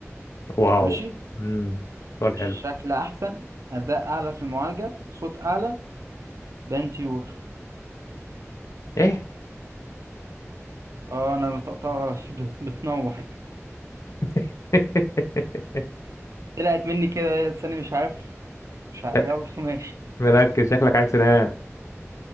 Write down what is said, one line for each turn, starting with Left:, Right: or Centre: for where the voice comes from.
Left: واو
Right: ماشي
Left: امم سؤال
Right: شكل
Left: حلو
Right: أحسن أداء أعلى في المعالجة صوت أعلى بنتيور
Left: ايه
Right: آه أنا نطقتها غلط <laughs> بت- بتنور
Left: <laughs>
Right: طلعت مني كده هي لساني مش عارف مش عارف.
Left: لا
Right: يلا <laughs> ماشي
Left: مركز شكلك عايز تنام